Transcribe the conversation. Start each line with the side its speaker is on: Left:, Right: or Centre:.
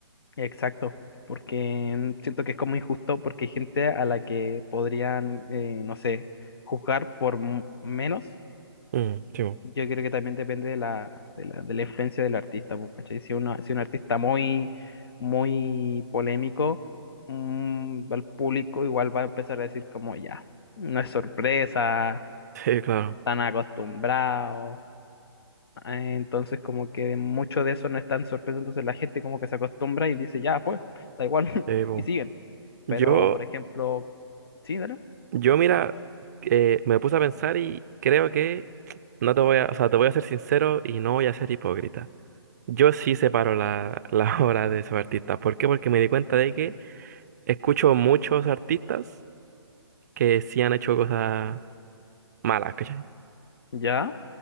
Left: exacto, porque siento que es como injusto, porque hay gente a la que podrían, eh, no sé, juzgar por m- menos
Right: Mm, sí, bo.
Left: Yo creo que también depende de la, de la, de la influencia del artista, pues, ¿cachai? Si uno, si un artista muy, muy polémico, mm, al público igual va a empezar a decir como ya, no es sorpresa,
Right: Sí, claro,
Left: tan acostumbrado. eh, Entonces como que mucho de eso no es tan sorpresa, entonces la gente como que se acostumbra y dice, ya fue, da igual, <laughs>
Right: sí, bo.
Left: y siguen.
Right: Yo,
Left: Pero, por ejemplo, sí, dale.
Right: yo mira, eh, me puse a pensar y creo que no te voy a, o sea, te voy a ser sincero y no voy a ser hipócrita. Yo sí separo la, la <laughs> obra de esos artistas. ¿Por qué? Porque me di cuenta de que escucho muchos artistas que sí han hecho cosas malas, ¿cachai?
Left: Ya,